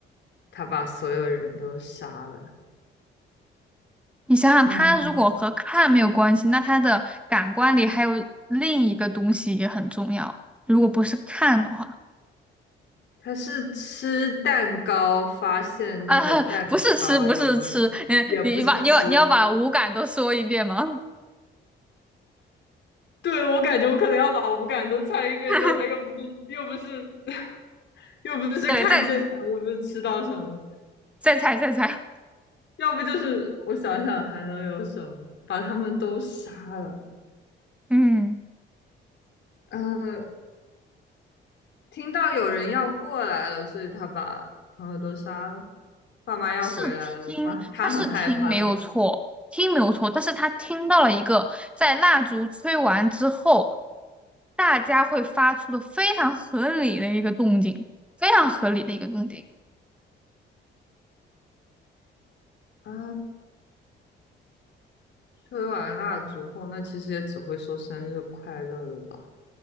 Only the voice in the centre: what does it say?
你想想，
它如果和看没有关系，那它的感官里还有另一个东西也很重要。如果不是看的话，
啊，<laughs> 不是吃，不是吃，嗯，
你把你要你要把五感都说一遍吗？
<laughs>
对，再
再猜再猜，
嗯，
他是听，
他是听没有错，听没有错，但是他听到了一个在蜡烛吹完之后，大家会发出的非常合理的一个动静，非常合理的一个动静。